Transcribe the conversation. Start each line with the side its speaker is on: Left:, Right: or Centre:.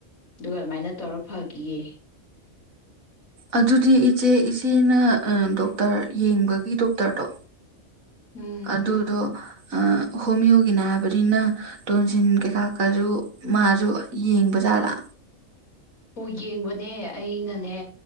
Left: ꯑꯗꯨꯒ ꯑꯗꯨꯃꯥꯏꯅ ꯇꯧꯔ ꯐꯈꯤꯌꯦ
Right: ꯑꯗꯨꯗꯤ ꯏꯆꯦ ꯏꯆꯦꯅ ꯗꯣꯛꯇꯔ ꯌꯦꯡꯕꯒꯤ ꯗꯣꯛꯇꯔꯗꯣ
Left: ꯎꯝ
Right: ꯑꯗꯨꯗꯣ ꯍꯣꯃꯤꯌꯣꯒꯤꯅ ꯍꯥꯏꯕꯅꯤꯅ ꯇꯣꯟꯁꯤꯟ ꯀꯩꯀꯥ ꯀꯥꯁꯨ ꯃꯥꯁꯨ ꯌꯦꯡꯕꯖꯥꯠꯂꯥ
Left: ꯑꯣ ꯌꯦꯡꯕꯅꯦ ꯑꯩꯅꯅꯦ